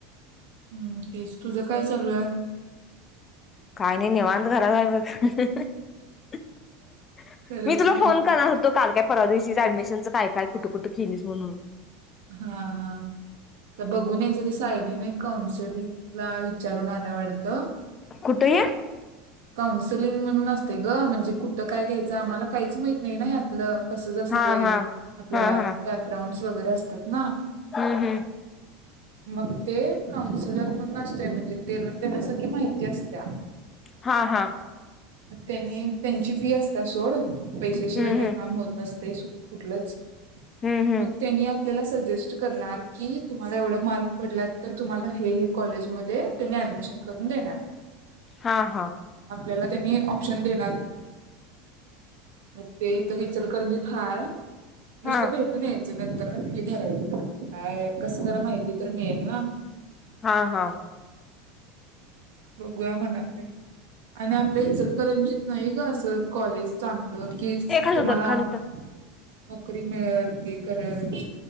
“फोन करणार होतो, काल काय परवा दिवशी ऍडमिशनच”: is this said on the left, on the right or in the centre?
Left